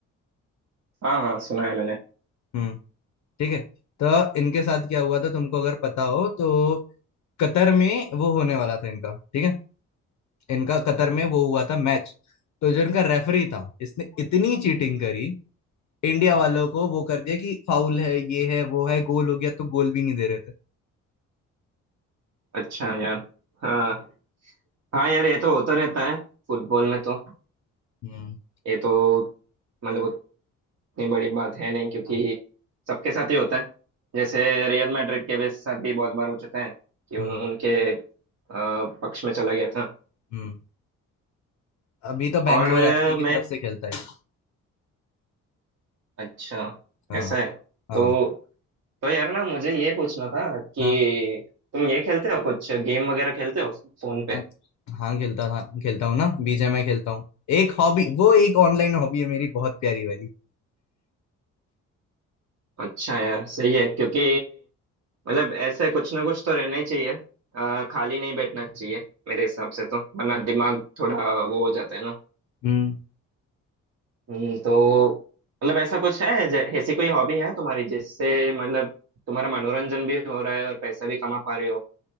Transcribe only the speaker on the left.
हम्म ठीक है तो इनके साथ क्या हुआ था तुमको अगर पता हो तो कतर में वो होने वाला था इनका ठीक है इनका कतर में वो हुआ था मैच तो जो इनका रेफरी था इसने इतनी चीटिंग करी इंडिया वालों को वो कर दिया कि फाउल है ये है वो है गोल हो गया तो गोल भी नहीं दे रहे थे
हम्म
हाँ,
हम्म
हम्म अभी तो बैंगलोर
एफसी की
तरफ से खेलता है
हाँ
हाँ
हाँ
हाँ हाँ खेलता था खेलता हूँ ना बीजे में खेलता हूँ एक हॉबी वो एक ऑनलाइन हॉबी है मेरी बहुत प्यारी वाली
हम्म